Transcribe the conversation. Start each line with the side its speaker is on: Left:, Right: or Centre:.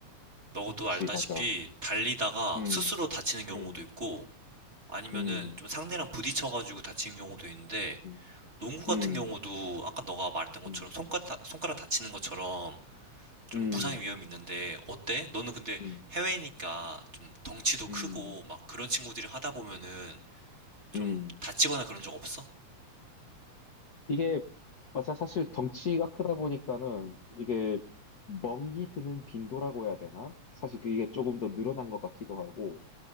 Right: 너도
Left: 지,
Right: 알다시피,
Left: 맞아.
Right: 달리다가
Left: 음,
Right: 스스로 다치는 경우도
Left: 음,
Right: 있고, 아니면은
Left: 음,
Right: 좀 상대랑 부딪혀가지고 다치는 경우도 있는데,
Left: 음,
Right: 농구 같은
Left: 음,
Right: 경우도 아까 너가 말했던 것처럼
Left: 음,
Right: 손가락, 다- 손가락 다치는 것처럼 좀
Left: 음,
Right: 부상의 위험이 있는데 어때? 너는 근데
Left: 음,
Right: 해외니까 좀 덩치도
Left: 음,
Right: 크고 막 그런 친구들이 하다 보면은 좀
Left: 음.
Right: 다치거나 그런 적 없어?
Left: 이게, 맞아. 사실 덩치가 크다 보니까는 이게 멍이 드는 빈도라고 해야 되나? 사실 그게 조금 더 늘어난 것 같기도 하고,